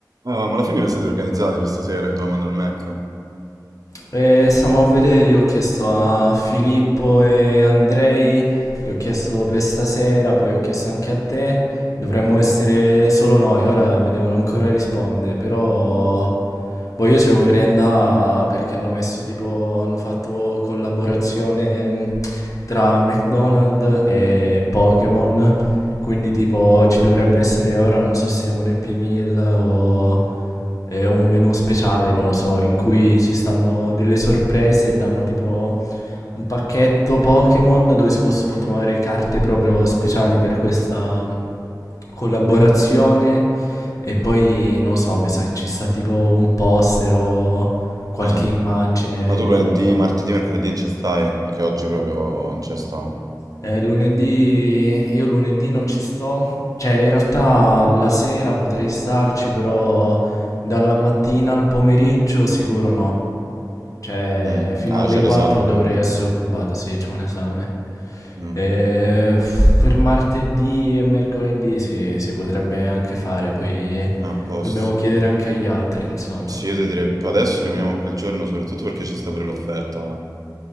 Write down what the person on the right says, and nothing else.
Ah, ma alla fine vi siete organizzati questa sera e domanda al Mac?
Ah,
ma tu
lunedì,
martedì, mercoledì non ci stai? Perché oggi proprio non ci sto.
Mm.
Ah,
c'è
l'esame.
Mm.
Ah, A posto.
Sì, io ti direi adesso rimaniamo a quel giorno, soprattutto perché c'è sta pure l'offerta.